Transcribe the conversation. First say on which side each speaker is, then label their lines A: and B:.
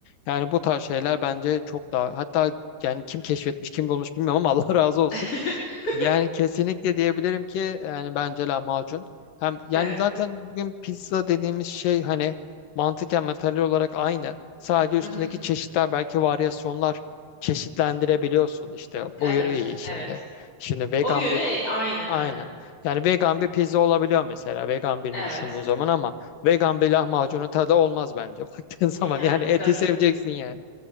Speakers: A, on the left; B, on the left.
A: Yani bu tarz şeyler bence çok daha hatta yani kim keşfetmiş kim bulmuş bilmiyorum ama <laughs> Allah razı olsun.
B: <laughs>
A: Yani kesinlikle diyebilirim ki yani bence lahmacun. Hem yani
B: Evet.
A: zaten bugün pizza dediğimiz şey hani mantıken materyal olarak aynı. Sadece üstündeki
B: Hı hı.
A: çeşitler belki varyasyonlar çeşitlendirebiliyorsun işte. Bu
B: Evet.
A: yönü iyi şimdi.
B: Evet.
A: Şimdi vegan
B: O yönü
A: bir
B: aynen
A: aynı.
B: aynen.
A: Yani vegan bir pizza olabiliyor mesela vegan birini
B: Evet.
A: düşündüğün zaman ama vegan bir lahmacunun tadı olmaz bence <laughs> baktığın zaman.
B: Yani
A: Yani eti
B: tabii.
A: seveceksin yani.